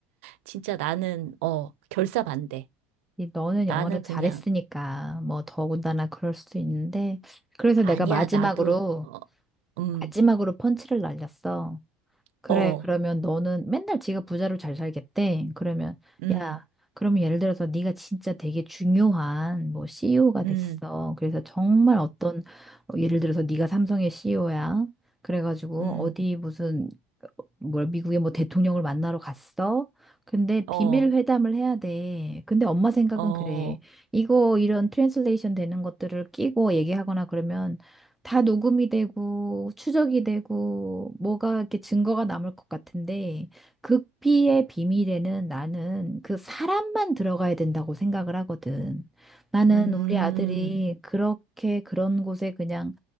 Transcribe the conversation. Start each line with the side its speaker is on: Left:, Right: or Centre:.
Right: 진짜 나는, 어, 결사반대.
Centre: 이 너는
Right: 나는
Centre: 영어를 잘했으니까
Right: 그냥,
Centre: 뭐 더군다나 그럴 수도 있는데 그래서
Right: 아니야,
Centre: 내가 마지막으로
Right: 나도, 어, 음,
Centre: 마지막으로 펀치를 날렸어. 그래,
Right: 어,
Centre: 그러면 너는 맨날 지가 부자로 잘 살겠대. 그러면
Right: 음,
Centre: 야, 그러면 예를 들어서 네가 진짜 되게 중요한 뭐 CEO가 됐어.
Right: 음,
Centre: 그래서 정말 어떤 어, 예를 들어서 네가 삼성의 CEO야. 그래가지고
Right: 음,
Centre: 어디 무슨 뭐야, 미국의 뭐 대통령을 만나러 갔어? 근데
Right: 어,
Centre: 비밀 회담을 해야 돼. 근데 엄마 생각은
Right: 어,
Centre: 그래. 이거 이런 트랜슬레이션 되는 것들을 끼고 얘기하거나 그러면 다 녹음이 되고 추적이 되고 뭐가 이렇게 증거가 남을 것 같은데 극비의 비밀에는 나는 그 사람만 들어가야 된다고 생각을 하거든. 나는
Right: 음,
Centre: 우리 아들이 그렇게 그런 곳에 그냥